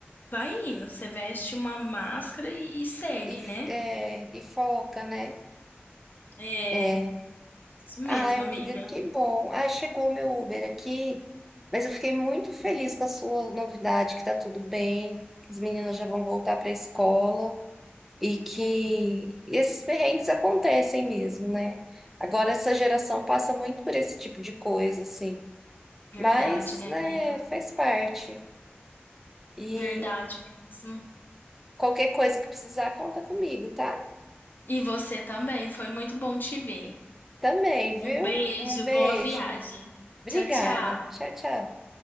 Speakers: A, on the left (about 50°); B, in the centre.
A: vai indo. Você veste uma máscara e, e segue,
B: E, f-
A: né?
B: é, e foca, né?
A: É,
B: É.
A: isso mesmo,
B: Ai, amiga,
A: amiga.
B: que bom. Ah, chegou o meu Uber aqui, mas eu fiquei muito feliz com a sua novidade, que tá tudo bem, que as meninas já vão voltar para a escola. E que esses perrengues acontecem mesmo, né? Agora, essa geração passa muito por esse tipo de coisa, assim.
A: Verdade,
B: Mas,
A: né,
B: né,
A: amiga?
B: faz parte. E
A: Verdade mesmo.
B: qualquer coisa que precisar, conta comigo, tá?
A: E você também, foi muito bom te ver.
B: Também, viu?
A: Um beijo,
B: Um beijo.
A: boa viagem.
B: Obrigada.
A: Tchau, tchau.
B: Tchau, tchau.